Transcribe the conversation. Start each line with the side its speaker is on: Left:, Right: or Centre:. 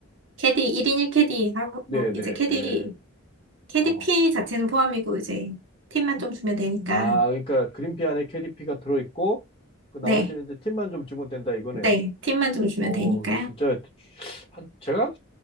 Right: 캐디 1인 1캐디 하고
Left: 네, 네,
Right: 이제 캐디 KDP
Left: 예.
Right: 자체는 포함이고 이제 팁만 좀 주면 되니까.
Left: 아, 그러니까 그린피 안에 캐리피가 들어있고 그 나머지는
Right: 네,
Left: 이제 팁만 좀 주면 된다 이거네요.
Right: 네, 팁만 좀 주면
Left: 어,
Right: 되니까요.
Left: 진짜 한 제가